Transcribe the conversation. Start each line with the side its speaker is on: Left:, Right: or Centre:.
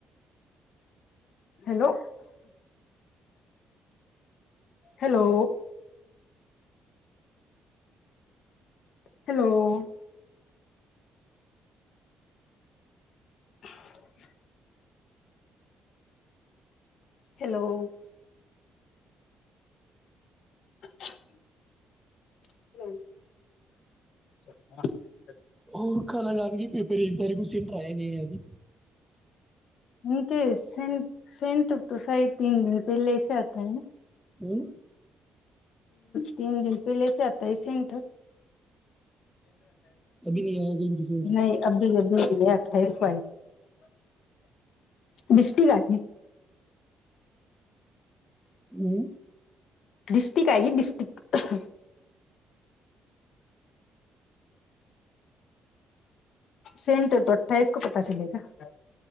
Left: ہیلو ہیلو ہیلو <unintelligible> <inaudible> ہیلو <unintelligible> چ <unintelligible> <inaudible>
Centre: اور ک لگان گی پی پ ان تاری کٹریا نہیں ہے ابھی
Left: ان کے سینٹ سینٹ تو ساھے تین دن پہلے ایسے آتا ہے نا
Centre: ہوں <unintelligible>
Left: تین دن پہل سے آتا ہے سینٹک
Centre: ابھی نہیں آیا کہ ان کی سینٹر
Left: نہیں ابھی ابھی بھی ل ف بس گ <unintelligible>
Centre: یہ <inaudible>
Left: ڈسٹک آئ گ ڈسٹک <unintelligible> سینٹر تو اٹھائیس کو پتاہ چلے گا